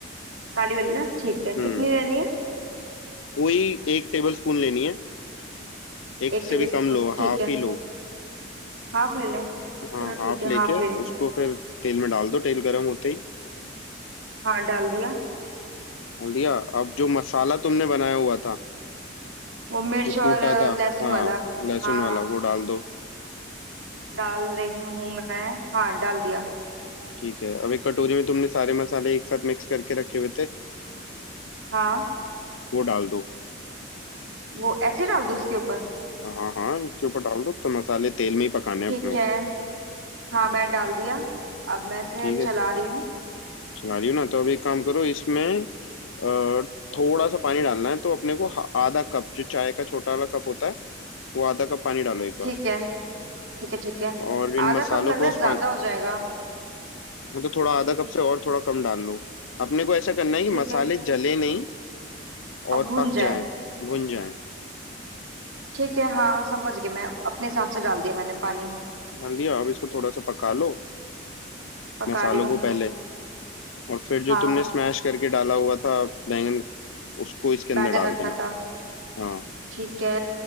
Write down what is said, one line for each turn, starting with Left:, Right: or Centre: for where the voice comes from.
Right: काली वाली ना ठीक है
Left: हम्म
Right: कितनी लेनी है
Left: वही एक टेबल स्पून लेनी है एक
Right: एक
Left: से
Right: टेबल
Left: भी
Right: स्पून
Left: कम लो
Right: ठीक
Left: हाफ
Right: है
Left: ही लो
Right: हाफ ले लें
Left: हाँ
Right: चलो
Left: हाफ
Right: ठीक है
Left: लेके
Right: हाफ ले लें
Left: उसको फिर तेल में डाल दो तेल गर्म होते ही
Right: हाँ डाल दिया
Left: डाल दिया अब जो मसाला तुमने बनाया हुआ था
Right: वो मिर्च
Left: जो
Right: और
Left: कूटा
Right: अ,
Left: था
Right: लहसुन
Left: हाँ
Right: वाला
Left: लहसुन
Right: हाँ
Left: वाला
Right: हाँ
Left: वो डाल दो
Right: डाल रही हूँ मैं हाँ डाल दिया
Left: ठीक है अब एक कटोरी में तुमने सारे मसाले एक साथ मिक्स करके रखे हुए थे
Right: हाँ
Left: वो डाल दो
Right: वो ऐसे डाल दूँ उसके ऊपर
Left: हाँ हाँ इसके ऊपर डाल दो तो मसाले तेल में ही पकाने हैं
Right: ठीक
Left: अपने वो
Right: है हाँ मैं डाल दिया अब मैं इसे
Left: ठीक
Right: चला
Left: है
Right: रही हूँ
Left: चला रही हूँ ना तो अभी एक काम करो इसमें अ, थोड़ा सा पानी डालना है तो अपने को हा- आधा कप जो चाय का छोटा वाला कप होता है वो आधा कप पानी डालो एक बार
Right: ठीक है ठीक है ठीक है
Left: और इन
Right: आधा
Left: मसालों
Right: कप लग रहा
Left: को उस
Right: है ज्यादा
Left: पानी
Right: हो जाएगा
Left: तो थोड़ा आधा कप से और थोड़ा कम डाल लो अपने को ऐसा करना है कि
Right: ठीक
Left: मसाले
Right: है
Left: जले नहीं
Right: और
Left: और
Right: भुन
Left: पक
Right: जाए
Left: जाएं भुन जाएं
Right: ठीक है हाँ समझ गई मैं अपने हिसाब से डाल दिया मैंने पानी
Left: डाल दिया अब इसको थोड़ा सा पका लो
Right: पका
Left: मसालों
Right: रही हूँ
Left: को पहले और फिर जो
Right: हाँ
Left: तुमने स्मैश करके डाला हुआ था बैंगन उसको इसके अंदर
Right: बैगन
Left: डाल
Right: रखा
Left: देना
Right: था
Left: हाँ
Right: ठीक है